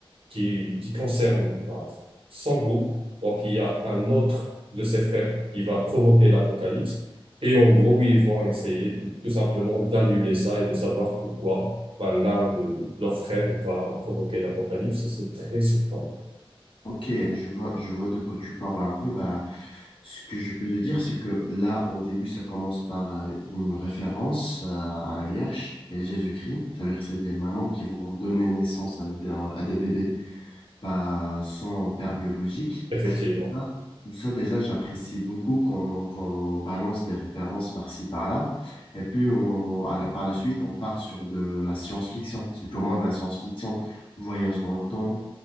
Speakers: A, on the right (about 70°); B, on the left (about 60°).
A: qui, qui concerne bah, 100 groupes. Donc, il y a un autre de ses frères qui va provoquer l'apocalypse. Et en gros, ils vont essayer de- tout simplement d'annuler ça et de savoir pourquoi bah, l'un de leurs frères va provoquer l'apocalypse. C'est très surprenant.
B: Ok, je vois, je vois de quoi tu parles un peu. Bah, ce que je peux te dire, c'est que là, au début, ça commence par euh, une référence euh, à la Vierge et Jésus-Christ. C'est-à-dire que c'est des mamans qui vont donner naissance à, des à des bébés, pas sans père biologique.
A: Effectivement.
B: Ça, ça, déjà, j'apprécie beaucoup quand on balance des références par-ci, par-là. Et puis, on, à la- par la suite, on part sur de la science-fiction. C'est purement de la science-fiction. Voyage dans le temps,